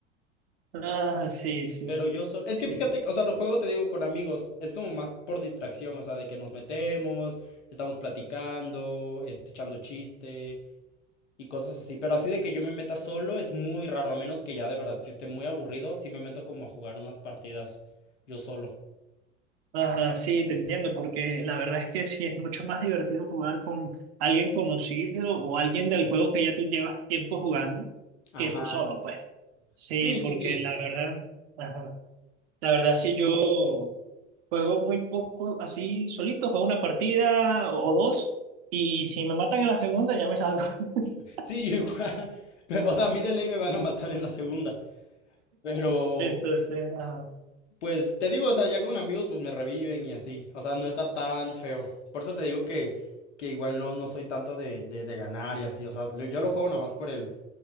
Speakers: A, on the right; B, on the left.
A: Ah, sí, sí,
B: Pero yo solo, es
A: sí.
B: que fíjate, que, o sea, lo juego te digo con amigos, es como más por distracción, o sea, de que nos metemos, estamos platicando, este, echando chiste y cosas así. Pero así de que yo me meta solo es muy raro, a menos que ya de verdad, si esté muy aburrido, sí me meto como a jugar unas partidas yo solo.
A: Ajá, sí, te entiendo, porque la verdad es que sí es mucho más divertido jugar con alguien conocido o alguien del juego que ya tú llevas tiempo jugando
B: Ajá.
A: que tú solo, pues. Sí,
B: Sí,
A: porque
B: sí, sí.
A: la verdad, ajá, la verdad sí yo juego muy poco así solito, juego una partida o dos y si me matan en la segunda ya me salgo. <laughs>
B: Sí, yo igual. <laughs> Pero, o sea, a mí de ley me van a matar en la segunda. Pero,
A: Entonces, ajá.
B: pues, te digo, o sea, ya con amigos, pues me reviven y así. O sea, no está tan feo. Por eso te digo que, que igual no, no soy tanto de, de, de ganar y así. O sea, lo- yo lo juego nada más por el,